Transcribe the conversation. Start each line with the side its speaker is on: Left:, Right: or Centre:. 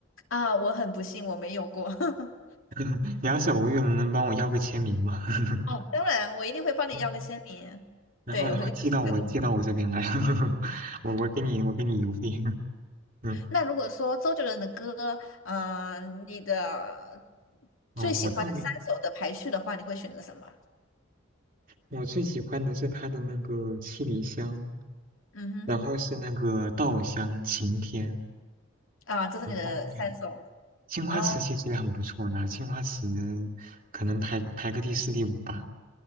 Left: 啊，我很不幸我没有过。<laughs>
Right: <laughs> 你要是偶遇了，能帮我要个签名吗？<laughs>
Left: 哦，当然，我一定会帮你要个签名。
Right: 嗯然后，
Left: 对，
Right: 然后寄到我寄到我这边来，
Left: 我会跟他说有个。
Right: <laughs> 我我给你我给你邮费。<laughs> 嗯，
Left: 那如果说周杰伦的歌，嗯、你的
Right: 哦，
Left: 最喜欢的三首的排序的话，
Right: 我特别
Left: 你会选择什么？
Right: 我最喜欢的是他的那个七里香，
Left: 嗯哼，
Right: 然后是那个稻香、晴天，
Left: 啊，这是你的三首。
Right: 然后对青花瓷其实也很不错的，
Left: 哦
Right: 青花瓷可能排排个第四第五吧。